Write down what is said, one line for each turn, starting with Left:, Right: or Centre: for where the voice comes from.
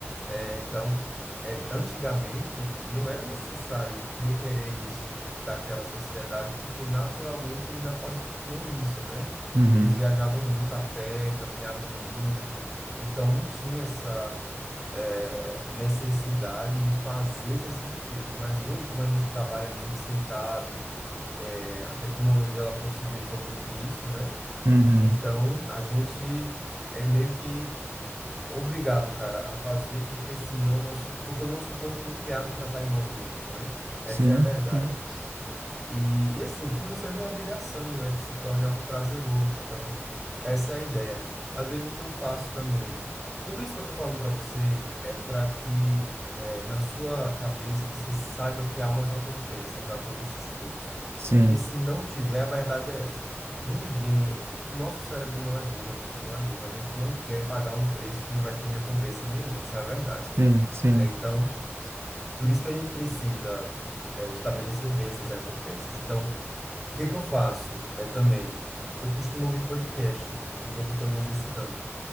Centre: É, Então, é, antigamente não era necessário requerer isso daquela sociedade, porque naturalmente eles já faziam isso, né?
Right: Uhum,
Centre: Eles viajavam muito a pé, caminhavam muito, então não tinha essa, é, necessidade de fazer exercício físico. Mas hoje, como a gente trabalha muito sentado, é, a tecnologia ela possibilitou muito isso, né?
Right: uhum.
Centre: Então, a gente é meio que obrigado, cara, a fazer, porque senão nosso, porque o nosso corpo foi criado para estar em movimento, né? Essa
Right: Sim,
Centre: é a verdade.
Right: sim,
Centre: E, e assim, que não seja uma obrigação, né? Que se torne algo prazeroso. Então, essa é a ideia. Às vezes o que eu faço também, tudo isso que eu tô falando para você é para que é, na sua cabeça você saiba que há uma recompensa para todo esse esforço.
Right: sim,
Centre: Porque se não tiver, a verdade é essa. Ninguém, o nosso cérebro não é burro, a gente não é burro, a gente não quer pagar um preço que não vai ter recompensa nenhuma, essa é a verdade,
Right: sim, sim.
Centre: né? Então, por isso que a gente precisa é, estabelecer bem essas recompensas. Então, o que que eu faço é também, eu costumo ouvir podcast enquanto eu estou me exercitando,